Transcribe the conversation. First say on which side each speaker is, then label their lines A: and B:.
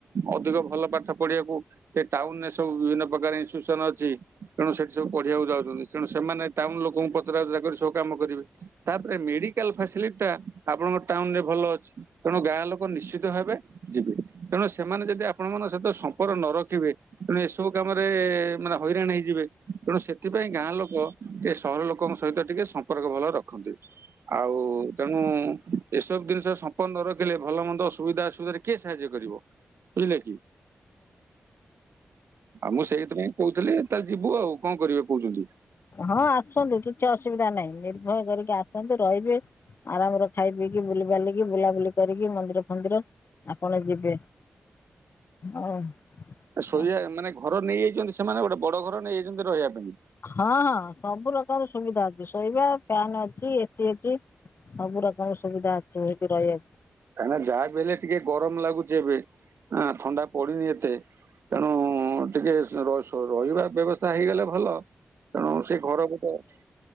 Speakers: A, on the right (about 80°); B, on the left (about 65°).
A: ଅଧିକ ଭଲ ପାଠ ପଢିବାକୁ ସେ ଟାଉନ ରେ ସବୁ ବିଭିନ୍ନ ପ୍ରକାର ଇନ୍ସୁସନ ଅଛି ତେଣୁ ସେଠି ସବୁ ପଢିବାକୁ ଯାଉଛନ୍ତି ତେଣୁ ସେମାନେ ଟାଉନ ଲୋକଙ୍କୁ ତ କରି ସବୁ କାମ କରିବେ ତାପରେ ମେଡିକାଲ ଫାସିଲିଟି ଟା ଆପଣଙ୍କ ଟାଉନ ରେ ଭଲ ଅଛି ତେଣୁ ଗାଁ ଲୋକ ନିଶ୍ଚିତ ଭାବେ ଯିବେ ତେଣୁ ସେମାନେ ଯଦି ଆପଣ ମନଙ୍କ ସହିତ ସମ୍ପର୍କ ନ ରଖିବେ ତେଣୁ ଏସବୁ କାମରେ ମାନେ ହଇରାଣ ହେଇଯିବେ ତେଣୁ ସେ ଥିପାଇଁ ଗାଁ ଲୋକ ଟେ ସହର ଲୋକଙ୍କ ସହିତ ଟିକେ ସମ୍ପର୍କ ଭଲ ରଖନ୍ତି ଆଉ। ତେଣୁ ଏସବୁ ଜିନିଷ ସମ୍ପନ୍ନ ନ ରଖିଲେ ଭଲ ମନ୍ଦ ଅସୁବିଧା ଅସୁବିଧାରେ କିଏ ସାହାଯ୍ୟ କରିବ। ବୁଝିଲେ କି ଆଉ ମୁଁ ସେଇଥିପାଇଁ କହୁଥିଲି ତାହେଲେ ଯିବୁ ଆଉ କଣ କରିବେ କହୁଛନ୍ତି।
B: ହଁ ଆସନ୍ତୁ କିଛି ଅସୁବିଧା ନାହିଁ ନିର୍ଭୟ କରିକି ଆସନ୍ତୁ ରହିବେ। ଆରାମରେ ଖାଇ ପିଇକି ବୁଲି ବାଲିକି ବୁଲାବୁଲି କରିକି ମନ୍ଦିର ଫନ୍ଦିର ଆପଣ ଯି ବେ ହଁ।
A: ଶୋଇବା
B: ହଁ
A: ମାନେ ଘର ନେଇଯାଇଛନ୍ତି ସେମାନେ ଗୋଟେ ବଡ ଘର ନେଇଯାଇଛନ୍ତି ରହିବା ପାଇଁ?
B: ହଁ ହଁ ସବୁ ପ୍ରକାର ସୁବିଧା ଅଛି ଶୋଇବା ଫ୍ୟାନ ଅଛି ଏସି ଅଛି। ସବୁ ରକମର ସୁବିଧା ଅଛି ହେଇଟି ରହିଆକୁ।
A: କାଇଁନା ଯାହାବି ହେଲେ ଟିକେ ଗରମ ଲାଗୁଚି ଏବେ ଆଁ ଥଣ୍ଡା ପଡିନି ଏତେ। ତେଣୁ ଟିକେ ଶୋ ର ଶୋ ରହିବା ବ୍ୟବସ୍ଥା ହେଇଗଲେ ଭଲ। ତେଣୁ ସେ ଘର ଗୁଟେ ଅଛି।